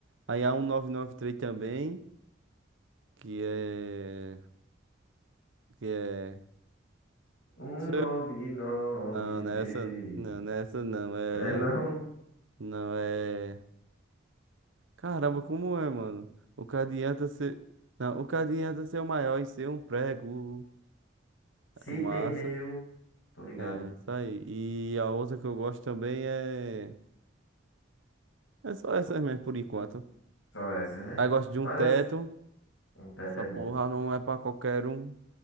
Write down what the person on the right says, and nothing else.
Aí a 1993 também, que é. que é.
Isso
eu-
Não,
nessa. Não, nessa não. É.
Não é. Caramba, como é, mano? O que adianta ser. Não, o que adianta ser o maior e ser um prego.
É Massa.
É, isso aí. E a outra que eu gosto também é. É só essas mesmo, por enquanto.
Aí
gosto de um
teto.
Essa
porra não é pra qualquer um.